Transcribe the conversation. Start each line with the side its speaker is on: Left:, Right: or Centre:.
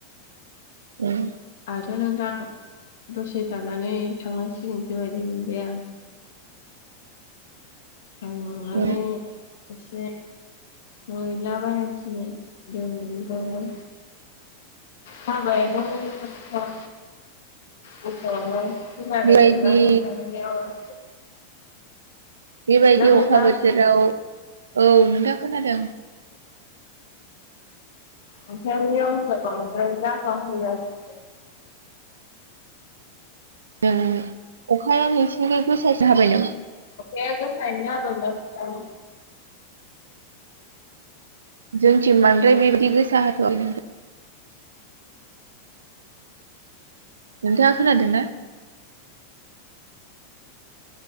Right: उम।
Left: आरो नोंथां दसे थानानै थांनांसिगोनसो बायदि मोनबाय आं। थांनानै
Right: औ
Left: दसे मोनला बायनांसिगोन दिनैनिफ्रायनो। हाबायानो नोंथां <unintelligible> खोनानो
Right: बेबायदि
Left: मोनला नोंथांनि आवाजखौ।
Right: बेबायदि
Left: नोंथां
Right: अखा बोथोराव औ नोंथां खोनादों।
Left: नोंथांनि आवाजा बांद्राय जाखांफैयाखै।
Right: उम अखाया नोंसिनिजाय गोसासो हाबाय नामा?
Left: अखाया गोसायानो हाबाय नोंथां।
Right: जोंथिं बांद्राय बेबायदि गोसा हाथ'वाखैैनो। नोंथाङा खोनादोंना?